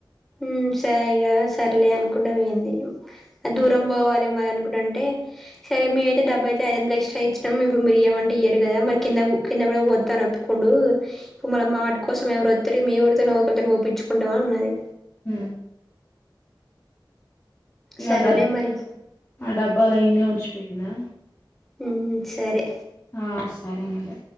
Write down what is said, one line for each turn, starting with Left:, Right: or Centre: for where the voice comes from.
Centre: ఉమ్ సరెగా సర్లే అనుకుంటే పోంది అ దూరం పోవాలి మరి అనుకుంట అంటే సరే మీరైతే డెబ్బై అయితే ఐదు వందల ఎక్స్ట్రా ఇచ్చినాము ఇప్పుడు మీరు ఏమంటే ఇయ్యరు కదా మరి కింద కింద కూడా పోస్తా అని ఒప్పుకుండు ఇప్పుడు మళ్ళ మాటి కోసం ఎవరు వస్తారు మే ఎరితో ఒకకలతోని పించుకుంటాం అని అన్నది
Left: హుమ్ ఇ
Centre: సరేలే
Left: ఆ డబ్
Centre: మరి
Left: ఆ డబ్బాలయన్నె వచ్చిపోయిందా
Centre: ఉమ్ సరే
Left: ఆ సరె మరి